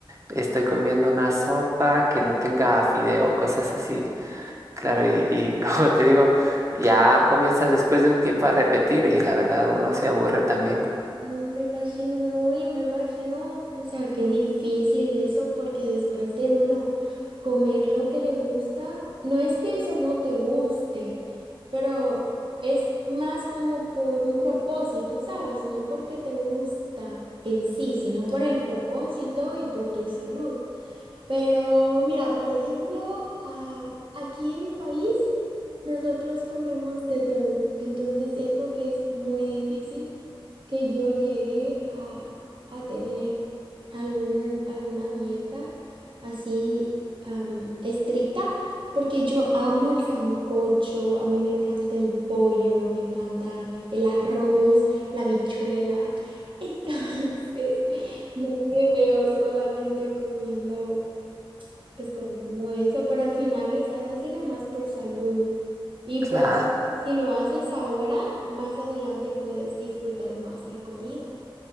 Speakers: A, on the right; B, on the right.
A: estoy comiendo una sopa que no tenga fideo, cosas así. Claro, y, y <laughs> como te digo, ya comienzas después de un tiempo a repetir y la verdad uno se aburre también.
B: No me imagino, no, y me imagino, o sea, qué difícil eso, porque después de uno comer lo que le gusta, no es que eso no te guste, pero es más como por un propósito, ¿sabes? No porque te gusta en sí, sino por el propósito y por tu salud. Pero mira, por ejemplo, ah, aquí en mi país nosotros comemos de todo, entonces siento que es muy difícil que yo llegue a, a tener algún, alguna dieta así am, estricta, porque yo amo el sancocho, a mí me encanta el pollo, me encanta el arroz, la habichuela, <laughs> entonces no me veo solamente comiendo pues comiendo eso, pero al final lo estás haciendo más por salud. Y
A: Claro,
B: pues si lo haces ahora, más adelante puedes disfrutar más la comida.